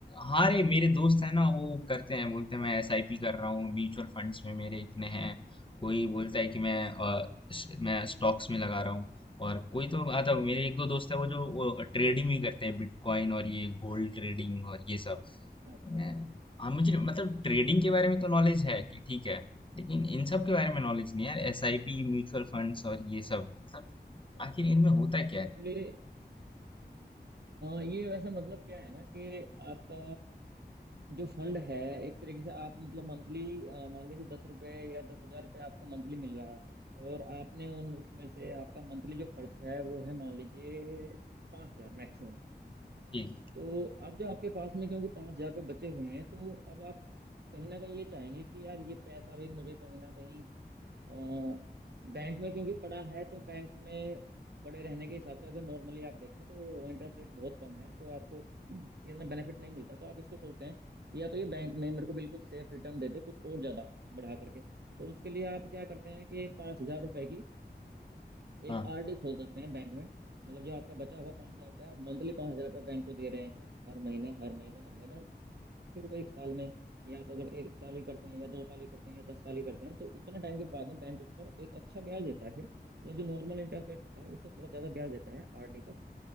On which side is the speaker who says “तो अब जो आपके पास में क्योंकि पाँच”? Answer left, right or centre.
Right